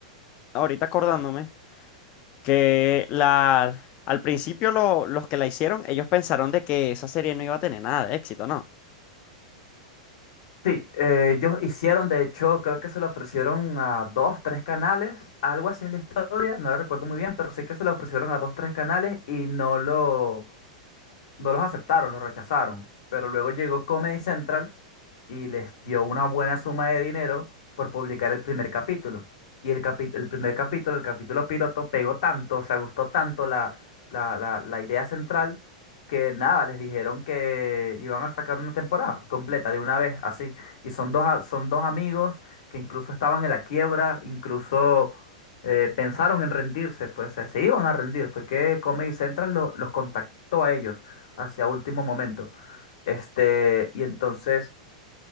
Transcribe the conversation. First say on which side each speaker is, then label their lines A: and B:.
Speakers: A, on the left (about 35°); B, on the left (about 70°).
A: ahorita acordándome. que la, al principio lo- los que la hicieron, ellos pensaron de que esa serie no iba a tener nada de éxito, ¿no?
B: Sí, eh, ellos hicieron, de hecho, creo que se lo ofrecieron a dos, tres canales, algo así es la historia, no lo recuerdo muy bien, pero sé que se lo ofrecieron a dos, tres canales y no lo No los aceptaron, los rechazaron. Pero luego llegó Comedy Central y les dio una buena suma de dinero por publicar el primer capítulo. Y el, capi- el primer capítulo, el capítulo piloto, pegó tanto, o sea, gustó tanto la, la, la, la idea central que nada, les dijeron que iban a sacar una temporada completa de una vez, así. Y son dos, a- son dos amigos que incluso estaban en la quiebra, incluso eh, pensaron en rendirse, pues se, se iban a rendir. Fue que Comedy Central lo- los contactó a ellos hacia último momento. Este, y entonces